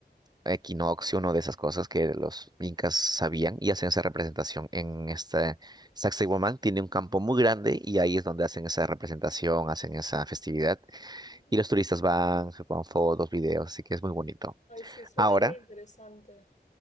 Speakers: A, on the right; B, on the left.
A: equinoccio, una de esas cosas que los incas sabían y hacen esa representación en este... Sacsayhuamán tiene un campo muy grande y ahí es donde hacen esa representación, hacen esa festividad
B: Ujú.
A: y los turistas van, se toman fotos, videos, así que es muy bonito.
B: Ay, sí, suena
A: Ahora,
B: muy interesante.